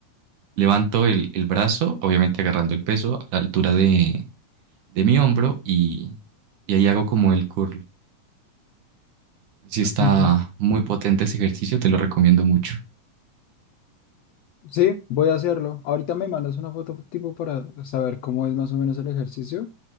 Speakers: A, on the right; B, on the left.
A: levanto el, el brazo, obviamente agarrando el peso a la altura de, de mi hombro y, y ahí hago como el curl. Sí está
B: <laughs>
A: muy potente ese ejercicio, te lo recomiendo mucho.
B: Sí, voy a hacerlo. Ahorita me mandas una foto tipo para saber cómo es más o menos el ejercicio